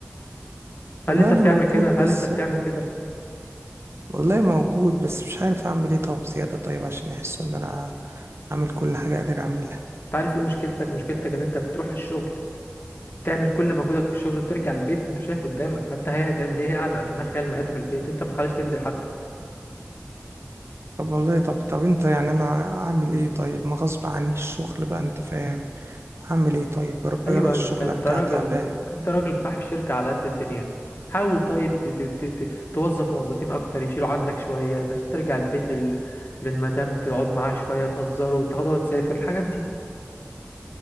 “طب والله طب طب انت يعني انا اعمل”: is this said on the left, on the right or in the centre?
Right